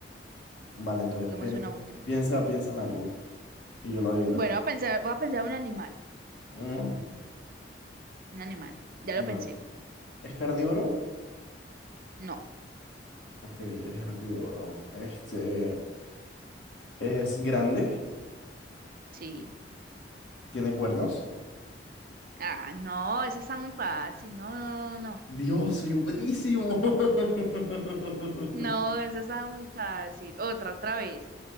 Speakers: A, on the left; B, on the right.
A: Vale, entonces
B: juguemos
A: piensa,
B: una última.
A: piensa, piensa en algo y yo lo adivino.
B: Bueno, voy a pensar, voy a pensar un animal,
A: Mm,
B: un animal. Ya
A: vale.
B: lo pensé.
A: ¿Es carnívoro?
B: No,
A: Ok, es herbívoro. Este, ¿es grande?
B: sí.
A: ¿Tiene cuernos?
B: Ah, no, eso está muy fácil. No, no, no, no. no.
A: Dios, soy buenísimo. <laughs>
B: No, esa está muy fácil. Otra, otra vez.